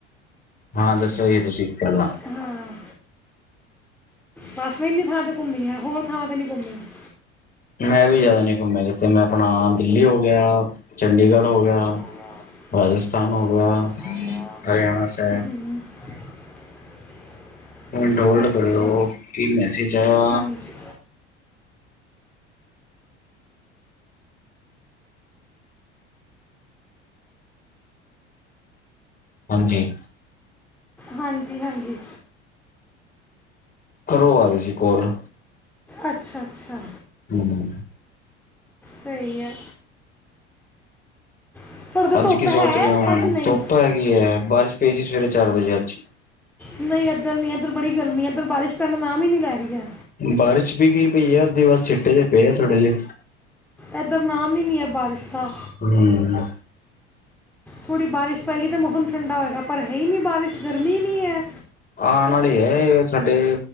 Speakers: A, on the left; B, in the centre.
A: ਹਾਂ ਦੱਸੋ ਜੀ ਤੁਸੀਂ ਪੈਲਾਂ।
B: ਹਾਂ। ਬਸ ਮੈਂ ਇੰਨੀ ਥਾਂ ਤੇ ਘੁੰਮੀ ਆ ਹੋਰ ਥਾਵਾਂ ਤੇ ਨੀ ਘੁੰਮੀ। <unintelligible>
A: ਮੈਂ ਵੀ ਜ਼ਿਆਦਾ ਨਹੀਂ ਘੁੰਮਿਆ ਕਿਤੇ ਮੈਂ ਆਪਣਾ ਦਿੱਲੀ ਹੋ ਗਿਆ ਚੰਡੀਗੜ੍ਹ
B: ਚੰਡੀਗੜ੍ਹ
A: ਗਿਆ
B: ਹੋ ਗਿਆ
A: ਰਾਜਸਥਾਨ
B: ਰਾਜਸਥਾਨ
A: ਹੋ ਗਿਆ
B: ਹੋ ਗਿਆ
A: ਹਰਿਆਣਾ ਸਾਹਿਬ
B: ਹੂੰ <unintelligible>
A: ਮਿੰਟ ਹੋਲਡ
B: ਅੱਛਾ
A: ਕਰਿਓ ਕੀ ਮੈਸੇਜ ਆਇਆ
B: ਹਾਂਜੀ।
A: ਹਾਂਜੀ।
B: ਹਾਂਜੀ, ਹਾਂਜੀ।
A: ਘਰੋ ਆ ਰਹੀ ਜੀ ਕੋਲ।
B: ਅੱਛਾ, ਅੱਛਾ।
A: ਹਮ
B: ਸਈ ਐ। ਤੁਹਾਡੇ ਤਾਂ ਧੁੱਪ
A: ਅੱਜ ਕੀ ਸੋਚ
B: ਹੈ
A: ਰਹੇ ਉਹਨਾਂ
B: ਅੱਜ
A: ਨੂੰ
B: ਨਹੀਂ
A: ਧੁੱਪ ਹੈਗੀ ਐ। ਬਾਰਿਸ਼ ਪਈ ਸੀ ਸਵੇਰੇ ਚਾਰ ਵਜੇ ਅੱਜ।
B: ਨਹੀਂ ਇੱਧਰ ਨੀ ਇੱਧਰ ਬੜੀ ਗਰਮੀ ਐ, ਇੱਧਰ ਬਾਰਿਸ਼ ਪੈਣ ਦਾ ਨਾਮ ਈ ਨੀ ਲੈ ਰਹੀ ਐ।
A: ਬਾਰਿਸ਼ ਵੀ ਗ ਪਈ ਆ। ਅੇ ਬਸ ਛਿੱਟੇ ਜ ਪਏ ਆ ਥੋੜੇ ਜਿਹੇ।
B: ਇੱਧਰ ਨਾਮ ਈ ਨਹੀਂ ਐ ਬਾਰਿਸ਼ ਦਾ।
A: ਹਮ
B: ਥੋੜ੍ਹੀ ਬਾਰਿਸ਼ ਪਏਗੀ ਤਾਂ, ਮੌਸਮ ਠੰਡਾ ਹੋਏਗਾ। ਪਰ ਹੈ ਈ ਨਹੀਂ ਬਾਰਿਸ਼ ਗਰਮੀ ਏਨੀ ਐ।
A: ਆ, ਨਾਲ ਈ ਐ ਸਾਡੇ